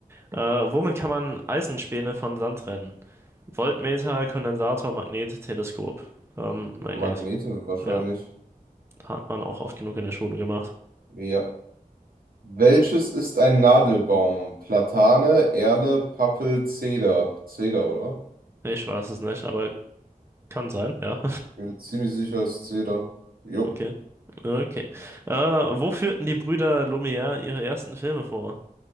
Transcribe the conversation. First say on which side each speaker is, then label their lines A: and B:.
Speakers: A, on the right; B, on the right.
A: Äh, womit kann man Eisenspäne von Sand trennen? Voltmeter, Kondensator, Magnet, Teleskop. Ähm,
B: Ja,
A: Magnet.
B: Magnete wahrscheinlich.
A: Ja, hat man auch oft genug in der Schule gemacht.
B: Ja. Welches ist ein Nadelbaum? Platane, Erle, Pappel, Zeder. Zeder, oder?
A: Ich weiß es nicht, aber kann sein, ja.
B: Ich bin mir ziemlich sicher, es ist Zeder. Jo.
A: <laughs> Okay. Okay. Äh, wo führten die Brüder Lumière ihre ersten Filme vor?